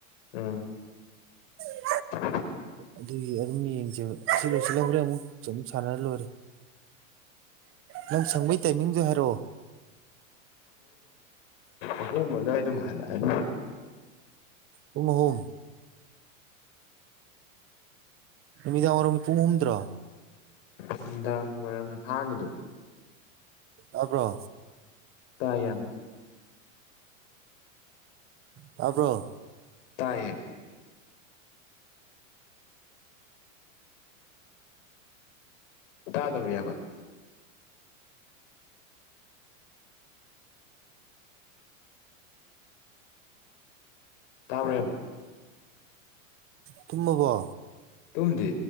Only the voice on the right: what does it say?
ꯎꯝ
ꯑꯗꯨꯒꯤ ꯑꯗꯨꯝ ꯌꯦꯡꯁꯦꯕ ꯑꯁꯤ ꯂꯣꯏꯁꯤꯜꯍꯈ꯭ꯔꯦ ꯑꯃꯨꯛ ꯑꯗꯨꯝ ꯁꯥꯟꯅꯔ ꯂꯣꯏꯔꯦ ꯅꯪ ꯁꯪꯕꯒꯤ ꯇꯥꯏꯃꯤꯡꯗ ꯍꯥꯏꯔꯛꯑꯣ
ꯍꯃ ꯅꯨꯃꯤꯗꯥꯡ ꯋꯥꯏꯔꯝꯒꯤ ꯄꯨꯡ ꯍꯨꯝꯗ꯭ꯔꯣ
ꯇꯥꯕ꯭ꯔꯣ
ꯇꯥꯕ꯭ꯔꯣ
ꯇꯨꯝ ꯅꯕꯣ